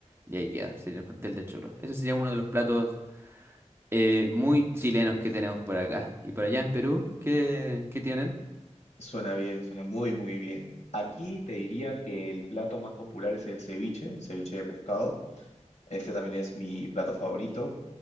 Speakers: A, on the right; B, on the left.
A: y ahí queda, sería el pastel de choclo. Ese sería uno de los platos eh, muy chilenos que tenemos por acá. Y por allá en Perú, ¿qué, qué tienen?
B: suena bien, suena muy, muy bien. Aquí te diría que el plato más popular es el ceviche, el ceviche de pescado. Este también es mi plato favorito.